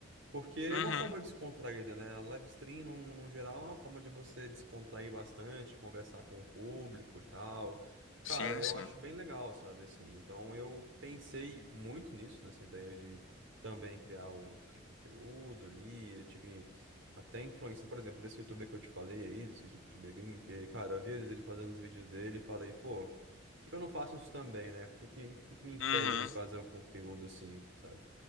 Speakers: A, on the right; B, on the left.
A: Porque é
B: uhum.
A: uma forma descontraída, né? A Live stream, num, num geral, é uma forma de você descontrair bastante, conversar com o público e tal. Cara,
B: Sim,
A: eu
B: sim.
A: acho bem legal, sabe, assim, então eu pensei muito nisso, nessa ideia também criar o criar conteúdo ali. Eu tive até influência, por exemplo, desse youtuber que eu te falei aí, desse youtuber gringo, que, cara, eu vi às vezes ele fazendo os vídeos dele e falei, pô, por que que eu não faço isso também, né? O que que, o que que me impede
B: Uhum.
A: de fazer um conteúdo assim, sabe?